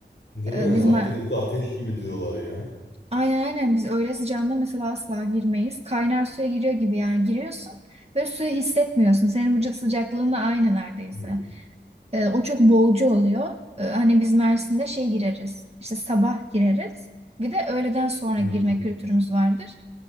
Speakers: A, on the left; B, on the right.
A: Değil
B: Ee,
A: mi? Akdeniz'de
B: biz ma-
A: ateş gibi diyorlar ya.
B: aynen aynen biz öyle sıcağında mesela asla girmeyiz. Kaynar suya giriyor gibi yani giriyorsun ve suyu hissetmiyorsun. Senin vücut sıcaklığınla aynı neredeyse.
A: Hmm.
B: E, o çok boğucu oluyor. E, hani biz Mersin'de şey gireriz. İşte sabah gireriz. Bir de öğleden sonra
A: Hmm.
B: girme kültürümüz vardır.